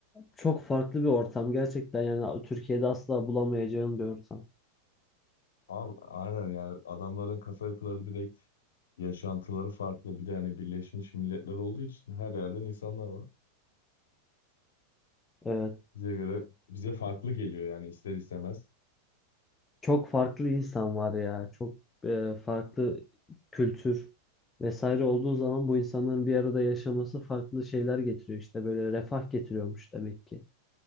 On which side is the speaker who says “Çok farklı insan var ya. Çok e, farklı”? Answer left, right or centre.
Left